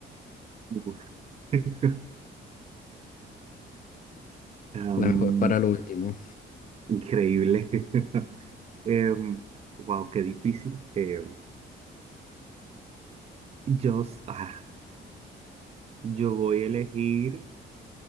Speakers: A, on the right; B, on the left.
A: Uf. <laughs> Am,
B: La mejor para lo último.
A: increíble. <laughs> Em, wow, qué difícil. Em, yo, s- ah, yo voy a elegir,